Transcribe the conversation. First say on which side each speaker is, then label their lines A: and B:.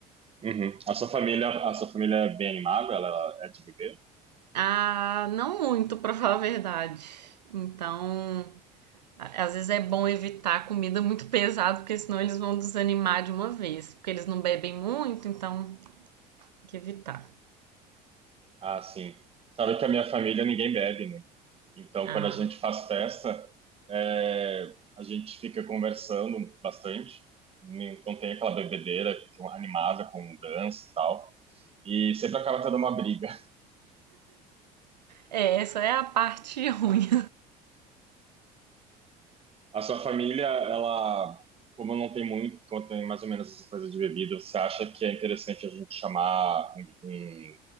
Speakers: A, on the right (about 25°); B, on the right (about 80°).
A: Uhum. A sua família, a sua família é bem animada? Ela é de beber?
B: Ah, não muito, para falar a verdade. Então, às vezes é bom evitar comida muito pesada, porque senão eles vão desanimar de uma vez. Porque eles não bebem muito, então tem que evitar.
A: Ah, sim. Sabe que a minha família ninguém bebe, né? Então,
B: Ah,
A: quando a gente faz festa, é, a gente fica conversando bastante. Então, tem aquela bebedeira que é uma animada com dança e tal. E sempre acaba tendo uma briga.
B: é, essa é a parte <laughs> ruim.
A: A sua família, ela, como não tem muito, como tem mais ou menos essa coisa de bebida, você acha que é interessante a gente chamar um, um